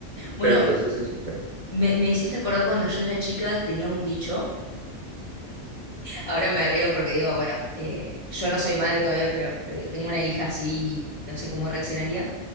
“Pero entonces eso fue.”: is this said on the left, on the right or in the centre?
Right